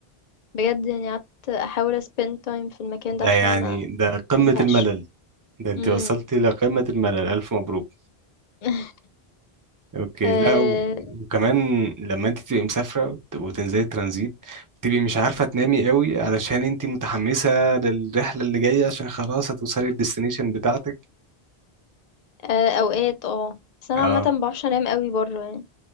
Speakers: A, on the left; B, on the right.
A: بجد يعني قعدت أحاول spend time في المكان
B: ده
A: ده عشان
B: يعني
A: ما
B: ده قمة
A: ما ازهقش
B: الملل ده انت
A: امم
B: وصلتي لقمة الملل ألف مبروك
A: <laughs>
B: اوكي
A: آه،
B: لا و- وكمان لما انت تبقي مسافرة وت- وتنزلي ترانزيت بتبقي مش عارفة تنامي قوي علشان انت متحمسة للرحلة اللي جاية عشان خلاص هتوصلي الديستنيشن بتاعتك
A: آه، اوقات اه بس انا
B: اه
A: عامه ما بعرفش انام قوي بره يعني